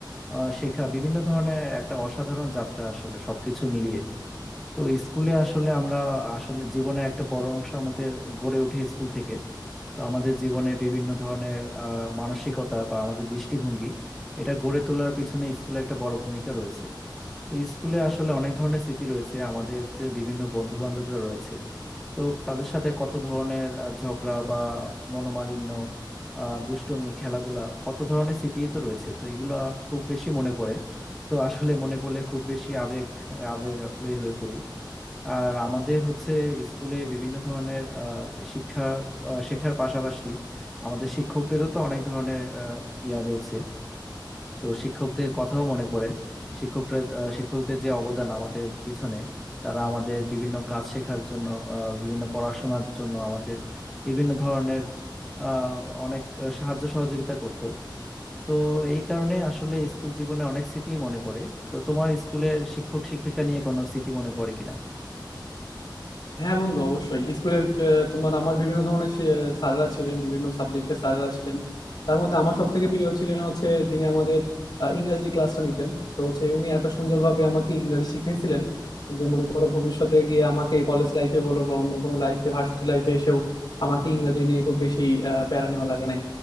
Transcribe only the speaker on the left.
হ্যাঁ বন্ধু অবশ্যই স্কুলে আহ, তোমার আমার বিভিন্ন ধরনের সে- স্যাররা ছিলেন বিভিন্ন সাবজেক্টের স্যাররা ছিলেন তার মধ্যে আমার সব থেকে প্রিয় ছিলেন হচ্ছে যিনি আমাদের আহ, ইংরাজি ক্লাসটা নিতেন তো হচ্ছে উনি এত সুন্দরভাবে আমাকে ইংরাজি শিখাইছিলেন যে মনে করো ভবিষ্যতে গিয়ে আমাকে কলেজ লাইফে বলো বা অন্য কোনো লাইফে ভার্সিটি লাইফে এসেও আমাকে ইংরাজি নিয়ে খুব বেশি আহ, প্যারা নেওয়া লাগে নাই